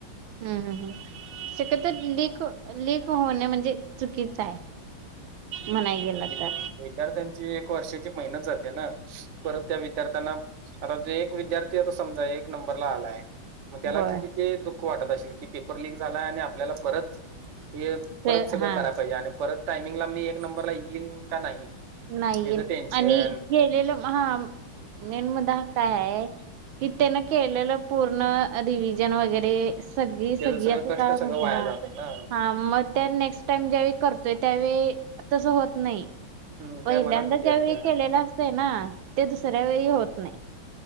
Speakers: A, on the right (about 75°); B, on the right (about 55°).
A: हम, हम, हम शक्य तर लीक, लीक होणे म्हणजे चुकीचं आहे
B: तेच
A: म्हणाय
B: की
A: गेल
B: विद्या-
A: तर
B: विद्यार्थ्यांची एक वर्षाची मेहनत जाते ना परत त्या विद्यार्थ्यांना आता जो एक विद्यार्थी आता समजा एक नंबरला आलाय मग त्याला
A: होय
B: किती ते दुःख वाटत असेल की पेपर लीक झालाय आणि आपल्याला परत हे
A: ते
B: परत सगळं
A: हा
B: करायला पाहिजे आणि परत टायमिंगला मी एक नंबरला येईन का नाही
A: नाहीये
B: हेच टेन्शन
A: आणि केलेलं म हा मेन मुद्दा हा काय आहे कि त्यान केलेलं पूर्ण रिव्हजन वगैरे सगळी,
B: त्याच
A: सगळी
B: सगळं
A: असं
B: कष्ट
A: काय
B: सगळं
A: म्हणत
B: वाया
A: हा,
B: जात ना
A: हा मग त्या नेक्स्ट टाइम ज्यावेळी करतोय त्यावेळी तसं होत नाही
B: हम्म,
A: पहिल्यांदा
B: त्या मनात भीती
A: ज्यावेळी
B: असते
A: केलेला अस ना ते दुसऱ्या वेळी होत नाही